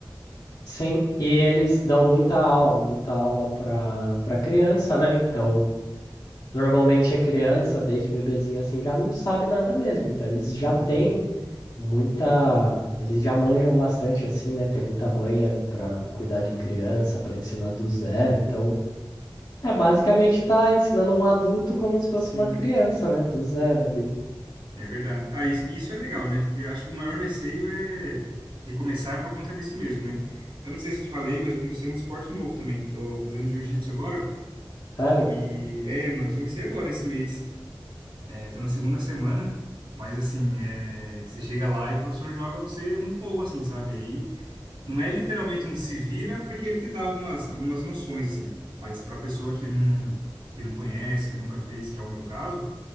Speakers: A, on the left; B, on the right.
A: sim. E eles dão muita aula, muita aula para para criança, né? Então, normalmente a criança, desde bebezinha assim, já não sabe nada mesmo. Então, eles já
B: Uhum,
A: têm muita, eles já manjam bastante assim, né? Tem muita manha para cuidar de criança, para ensinar do zero. Então, É, basicamente tá ensinando um adulto como se fosse
B: sim,
A: uma criança, né? Do zero ali.
B: é verdade. Ah, isso, isso é legal, né? Porque eu acho que o maior receio é de começar por conta disso mesmo, né? Eu não sei se eu te falei, mas eu comecei um esporte novo também. Tô fazendo jiu-jitsu agora.
A: Sério?
B: E é, mano, comecei agora esse mês. É, tô na segunda semana, mas assim, é, você chega lá e o professor joga você no fogo, assim, sabe? Aí não é literalmente um se vira, porque ele te dá algumas, algumas noções, assim. Mas pra pessoa que não, que não conhece, que nunca fez, que é o meu caso,